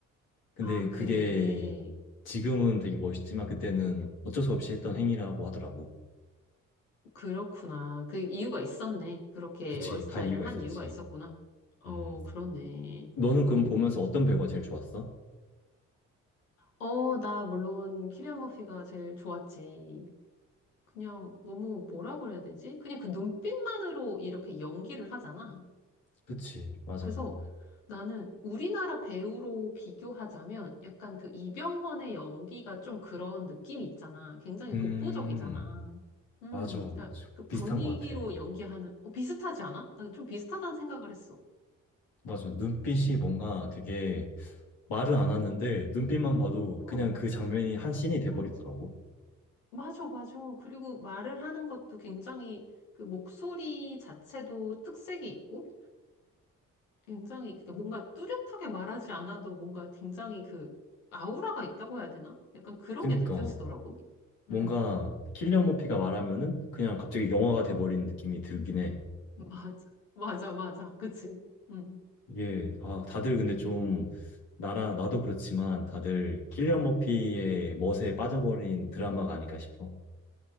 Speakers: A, on the left (about 70°); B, on the left (about 85°).
A: 근데
B: 아,
A: 그게
B: 그래.
A: 지금은 되게 멋있지만 그때는 어쩔 수 없이 했던 행위라고 하더라고.
B: 그렇구나. 그 이유가 있었네. 그렇게
A: 그치,
B: 머리 스타일을
A: 다 이유가 있었지.
B: 한 이유가 있었구나. 어,
A: 음.
B: 그렇네.
A: 너는
B: 어,
A: 그럼 보면서 어떤 배우가 제일 좋았어?
B: 어, 나 물론 키리안 머피가 제일 좋았지. 그냥 너무 뭐라 그래야 되지? 그냥 그 눈빛만으로 이렇게 연기를 하잖아.
A: 그치, 맞아.
B: 그래서 나는 우리나라 배우로 비교하자면 약간 그 이병헌의 연기가 좀 그런 느낌이 있잖아. 굉장히
A: 음,
B: 독보적이잖아. 음,
A: 맞아.
B: 그러니까 그 분위기로
A: 비슷한 것 같아.
B: 연기하는 어, 비슷하지 않아? 난 좀 비슷하다는 생각을 했어.
A: 맞아. 눈빛이 뭔가 되게 말을 안 하는데
B: 어,
A: 눈빛만 봐도
B: 어,
A: 그냥 그 장면이 한 씬이 돼버리더라고.
B: 어, 맞아, 맞아. 그리고 말을 하는 것도 굉장히 그 목소리 자체도 특색이 있고. 굉장히 그러니까 뭔가 뚜렷하게 말하지 않아도 뭔가 굉장히 그 아우라가 있다고 해야 되나? 약간 그런
A: 그니까
B: 게 느껴지더라고.
A: 뭔가
B: 음,
A: 킬리안 머피가 말하면은 그냥 갑자기 영화가 돼버리는
B: 음,
A: 느낌이 들긴 해.
B: <laughs> 맞아, 맞아, 맞아, 그치? 음,
A: 이게, 아, 다들 근데 좀 나라, 나도 그렇지만 다들 킬리안 머피의 멋에 빠져버린 드라마가 아닐까 싶어.